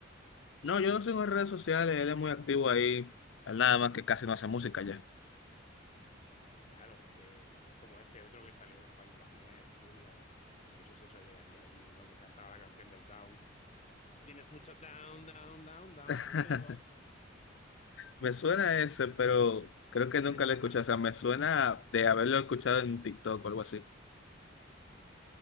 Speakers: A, on the left (about 70°); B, on the left (about 35°).
A: No, yo
B: Y
A: no
B: yo
A: sigo
B: sí,
A: en redes sociales, él es muy activo ahí. Él nada más que casi no hace música ya.
B: claro, es que es como este otro que salió en España también, el Junior. No sé si eso llegaría ahí, uno que cantaba la canción del Down. Tienes mucho down, down, down, down.
A: <laughs>
B: Eso llegó ahí.
A: Me suena ese, pero creo que nunca
B: Ese
A: lo
B: era
A: he escuchado.
B: hasta
A: O sea, me suena de haberlo escuchado en TikTok o algo así.
B: la-